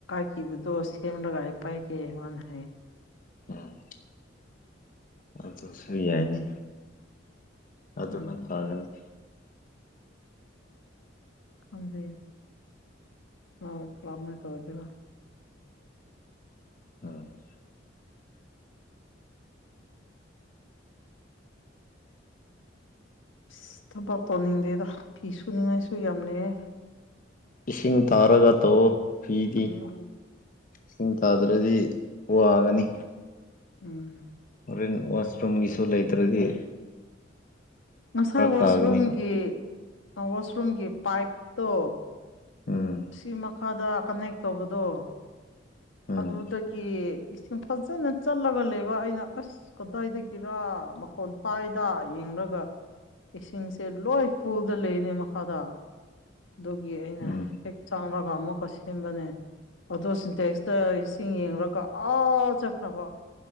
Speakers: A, on the left; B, on the left.
A: ꯀꯕꯨꯗꯣꯁ ꯑꯃꯒꯥꯏ ꯄꯥꯏ ꯀꯦ ꯏ ꯍꯦ
B: ꯎꯝ ꯑꯗꯨꯁꯨ ꯌꯥꯏꯅꯤ ꯑꯗꯨꯅ
A: ꯎꯝ
B: ꯐꯔꯅꯤ
A: <unintelligible> ꯍꫭꯏ ꯀꯂꯝꯃꯥꯏ ꯇꯧꯗꯨꯏꯕ
B: <unintelligible>
A: ꯏꯁ ꯊꯕꯛ ꯇꯧꯅꯤꯡꯗꯦꯗ ꯐꯤ ꯁꯨꯅꯤꯡꯉꯥꯏꯁꯨ ꯌꯥꯝ ꯂꯩꯌꯦ
B: ꯏꯁꯤꯡ ꯇꯥꯔꯒ ꯇꯧꯑꯣ ꯄꯤꯗꯤ
A: ꯎꯝ
B: ꯏꯁꯤꯡ ꯇꯥꯗ꯭ꯔꯗꯤ ꯋꯥꯒꯅꯤ
A: ꯎꯝ
B: ꯍꫭꯔꯦꯟ ꯋꯥꯁ ꯔꯨꯝꯒꯤꯁꯨꯨ ꯂꯩꯇꯔꯗꯤ
A: ꯉꯁꯥꯏ ꯋꯥꯁꯔꯨꯝꯒꯤ
B: ꯇꯥꯒꯅꯤꯕ
A: ꯋꯥꯁꯔꯨꯝꯒꯤ ꯄꯥꯏꯞꯇꯣ
B: ꯎꯝ
A: ꯁꯤ ꯃꯈꯥꯗ ꯀꯅꯦꯛ ꯇꯧꯕꯗꯣ
B: ꯎꯝ
A: ꯑꯗꯨꯗꯒꯤ ꯏꯁꯤꯡ ꯐꯖꯅ ꯆꯠꯂꯒ ꯂꯩꯕ ꯑꯩꯅ ꯑꯁ ꯑꯁ ꯀꯗꯥꯏꯗꯒꯤꯔ ꯃꯈꯣꯟ ꯇꯥꯏꯗ ꯌꯦꯡꯂꯒ ꯏꯁꯤꯡꯁꯦ ꯂꯣꯏ ꯐꯨꯗ ꯂꯩꯅꯦ ꯃꯈꯥꯗ ꯑꯗꯨꯒꯤ ꯑꯩꯅ
B: ꯎꯝ
A: ꯍꯦꯛ ꯆꯪꯔꯒ ꯑꯃꯨꯛꯀ ꯁꯦꯝꯕꯅꯦ ꯑꯗꯣ ꯁꯤꯟꯇꯦꯛꯁꯇ ꯏꯁꯤꯡ ꯌꯦꯡꯂꯒ ꯑꯥ ꯆꯠꯈ꯭ꯔꯕ